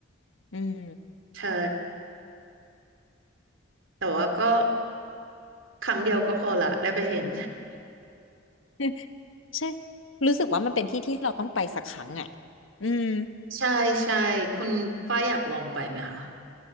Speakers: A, on the left; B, on the right.
A: อืม
B: ใช่แต่ว่าก็ครั้งเดียวก็พอละได้ไปเห็น
A: <laughs> ใช่รู้สึกว่ามันเป็นที่ที่เราต้องไปสักครั้งอ่ะอืม
B: ใช่ใช่คุณฝ้ายอยากลองไปไหมคะ